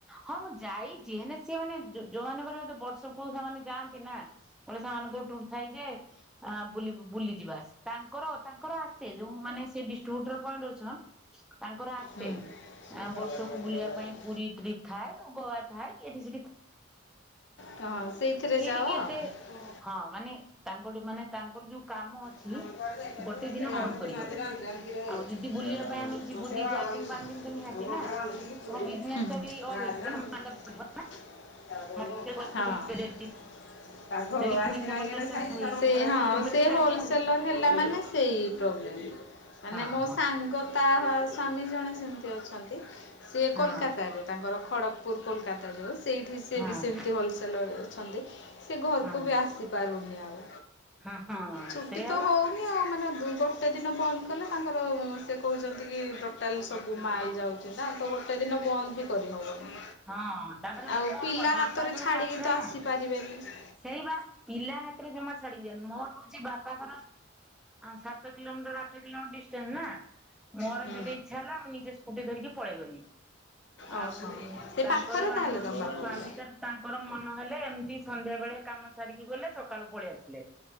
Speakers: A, in the centre; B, on the left.
A: ହଁ ମୁଁ ଯାଇଛି ହେଲେ ସିଏ ମାନେ ଯୋଉ ଯୋଉମାନେ <unintelligible> ବର୍ ସବୁ କୋଉ ସାଙ୍ଗମାନେ ଯାଆନ୍ତି ନା। ଗୋଟେ ସାଙ୍ଗମାନଙ୍କ ଟୁର୍ ଥାଏ ଯେ ଆଁ ବୁଲି-ବୁଲିଯିବା ଆସ୍ ତାଙ୍କର-ତାଙ୍କର ଆସ୍ ସେ ଯୋଉ ମାନେ ସେ ଡିଷ୍ଟ୍ରିବ୍ୟୁଟର <unintelligible> ତାଙ୍କର ଆସେ।
B: ହୁଁ।
A: ଆଁ ବର୍ଷକୁ ବୁଲିବା ପାଇଁ ପୁରୀ ଟ୍ରିପ ଥାଏ ଗୋଆ ଥାଏ ଏଠି-ସେଠି।
B: ହଁ ସେଇଥିରେ
A: ସିଏ
B: ଯାଅ
A: ଟିକେ
B: ଆଉ।
A: ଏତେ
B: ହୁଁ
A: ହଁ ମାନେ ତାଙ୍କଠୁ ମାନେ ତାଙ୍କଠୁ ଯୋଉ କାମ ଅଛି
B: ହଁ।
A: ଗୋଟେ ଦିନ ବନ୍ଦ କରିହବନି
B: ହୁଁ-ହୁଁ।
A: ଆଉ ଯଦି ବୁଲିବା ପାଇଁ ଆମେ ଯିବୁ ଦି
B: ହଁ।
A: ଚାରି ଦିନ ପାଞ୍ଚ ଦିନ ତ ନିହାତି ନା। ତମ
B: ସେ
A: ବିଜନେସ ଟା ବି ଅଫ୍ ହେଇଯିବ ନା ମାନ୍ଦା ପଡିଯିବ।
B: ହଁ
A: ମାର୍କେଟ କଲେକ୍ସନ
B: ସେ
A: ଡେଲି ଡେଲି ପଇସା କଲେକ୍ସନ
B: ହୋଲସେ
A: ହୁଏ ତ ପଇସା ଟା ବନ୍ଦ ହେଇଯିବ।
B: ସେଲର ହେଲା ମାନେ ସେଇ ପ୍ରୋବଲେମ୍ ମାନେ
A: ହଁ
B: ମୋ
A: ହଁ
B: ସା ସାଙ୍ଗ ତା-ଆ-ଆ ସ୍ଵାମୀ ଜଣେ ସେମିତି ଅଛନ୍ତି ସିଏ
A: ହଁ
B: କୋଲକାତାରେ। ତାଙ୍କର ଖଡ଼ଗପୁର କୋଲକାତା ଯୋଉ ସେଇଠି ସିଏ
A: ହଁ
B: ବି ସେମିତି ହୋଲସେଲର ଅଛନ୍ତି ସେ ଘରକୁ
A: ହଁ
B: ବି ଆସିପାରୁନି ଆଉ।
A: ହଁ ହଁ-ଅ-ଅ
B: ଛୁଟି
A: ସେଇଆ
B: ତ
A: ବା।
B: ଆଉ ମାନେ ଗୋଟେ ଦିନ ବନ୍ଦ କଲେ ତାଙ୍କର ସେ କହୁଛନ୍ତି କି ଟୋଟାଲ ସବୁ ମାଲ୍ ଯାଉ ଗୋଟେ ଦିନ ବନ୍ଦ ବି କରିହବନି।
A: ହଁ ତାପରେ
B: ଆଉ
A: ମୋର
B: ପିଲା
A: କଣ ବାପାଘର
B: ହାତରେ ଛାଡ଼ିକି
A: ପାଖରେନା।
B: ତ ଆସିପାରିବେନି ହୁଁ।
A: ସେଇ ବା, ପିଲା ହାତରେ ଜମା ଛାଡିି ଦିଅନ୍ତୁନି। ମୋର ହଉଛି ବା ତାଙ୍କର ସାତ କିଲୋମିଟର ଆଠ କିଲୋମିଟର ଡିଷ୍ଟାନ୍ସ ନା। ମୋର
B: ହୁଁ
A: ଯେବେ ଇଚ୍ଛା ହେଲା ମୁଁ ନିଜେ ସ୍କୁଟି ଧରିକି ପଳେଇଗଲି।
B: ଓହୋ
A: ଆଉ
B: ସେ
A: ତାଙ୍କର
B: ପାଖରେ ତାହେଲେ
A: ଆମର
B: ତମ
A: ମୋ
B: ବାପଘର
A: ସ୍ଵାମୀ ଧର ତାଙ୍କର ମନ ହେଲେ ଏମତି ସନ୍ଧ୍ୟା ବେଳେ କାମ ସାରିକି ଗଲେ ସକାଳୁ ପଳେଇ ଆସିଲେ।